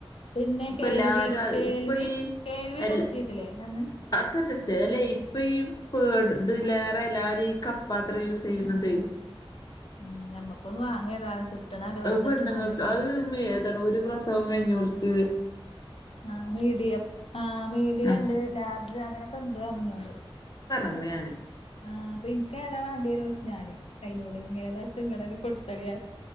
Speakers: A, on the left; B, on the left.
A: പിന്നെ കേൽവി
B: എല്ലാരും
A: കേൽവി
B: ഇപ്പടി
A: കേൽവി
B: എല്ല
A: ടെസ്റ്റ് ചെയതില്ലേ അന്ന്
B: അതൊക്കെ ടെസ്റ്റ് അല്ലെ ഇപ്പ ഈ പേട ഇതിലേറെ എല്ലരും ഈ കപ്പാത്രം യൂസ് ചെയ്യുന്നതെ
A: ഉം ഞമ്മക്കൊന്ന് വാങ്ങിയേതാലും കിട്ടണല്ലേ വെറുതെ
B: പെണ്ണുങ്ങൾക്ക്
A: കിട്ടണല്ലേ
B: അത് ഏതാണ് ഒരു പ്രസവം കഴിഞ്ഞവർക്ക്
A: ആ മീഡിയം ആ മീഡിയം
B: ആ
A: ഉണ്ട് ലാർജ് അങ്ങനെയൊക്കെ ഇണ്ട് അഞ്ഞോട്
B: അങ്ങനെയാണ്
A: ആ അപ്പൊനിക്ക് ഏതാ വേണ്ടേ ചോയ്ച്ചു ഞാന് അതിനോട് ഏതാച്ചും കൊടുത്തളിയ